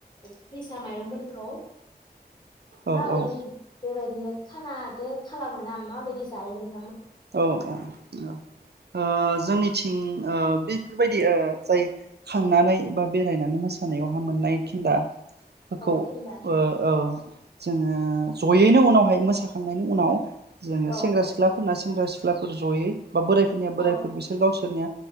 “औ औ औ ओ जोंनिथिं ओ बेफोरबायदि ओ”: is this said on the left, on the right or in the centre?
Right